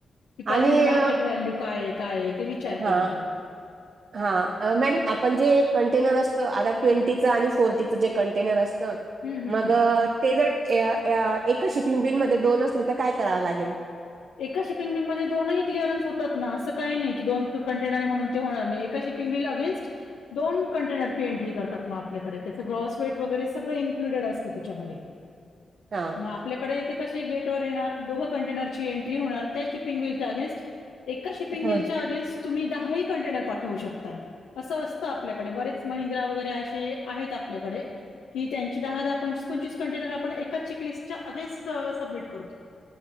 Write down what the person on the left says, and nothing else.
ही प्रेझंट
मार्क
काय काय ते
तर.
हं, हं,
हं.
एका शिपिंग बिल मध्ये दोनही एका एका शिपिंग मध्ये दोन क्लअरन्स होतात ना असं काही नाही की दोन कंटेनरे म्हणून ते होणार नाही एका शिप पिंगडल अगेनस्ट दोन कंटेनरची एंट्री करतात म आपल्याकडे त्याच ग्रॉस वेट वगैरे सगळ इन्क्लुडेड असतं त्याच्यामध्ये
मग आपल्याकडे ते कसे गेट वर येणार दोघं कंटेनर ची एंट्री होणार त्या शिपिंग विल अगे्स्ट एकका शपिंगेलच्या
अगेस्ट तुम्ही दहा ह कंटेनर पाठवू शकताय असं असतं आपल्याकडे बरेच महिंद्रा वगैरे असे आहेत आपल्याकडे की त्यांची दहा दहा पण पंचवीस कंटेनर आपण एका चेकलिस्ट च्या अगेनस्ट सबमिट करतो